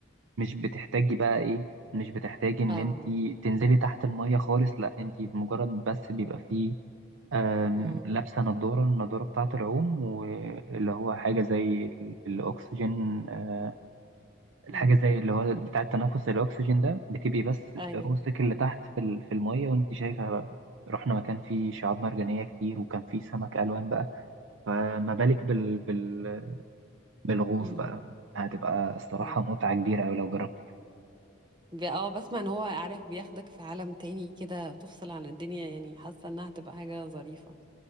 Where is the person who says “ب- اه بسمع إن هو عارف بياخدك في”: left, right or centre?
Right